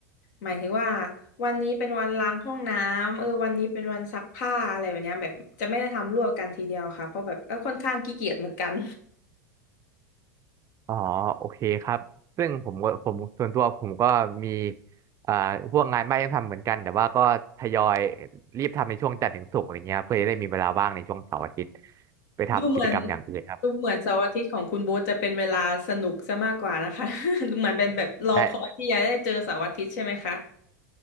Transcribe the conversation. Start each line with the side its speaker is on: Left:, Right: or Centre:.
Left: หมายถึงว่าวันนี้เป็นวันล้างห้องน้ำเออวันนี้เป็นวันซักผ้าอะไรแบบเนี้ยแบบจะไม่ได้ทำรวบกันทีเดียวค่ะเพราะแบบก็ค่อนข้างขี้เกียจเหมือนกัน
Right: อ๋อโอเคครับซึ่งผมก็ผมส่วนตัวผมก็มีเอ่อพวกงานบ้านยังทำเหมือนกันแต่ว่าก็ทยอยรีบทำในช่วงจันทร์ถึงศุกร์อะไรเงี้ยครับเพื่อจะได้มีเวลาว่างในช่วงเสาร์อาทิตย์ไปทำกิจกรรมอย่างอื่นครับ
Left: <laughs> ดูเหมือนดูเหมือนเสาร์อาทิตย์ของคุณโบ๊ทจะเป็นเวลาสนุกซะมากกว่านะคะ <laughs> เหมือนเป็นแบบรอคอยที่จะได้เจอเสาร์อาทิตย์ใช่ไหมคะ
Right: ใช่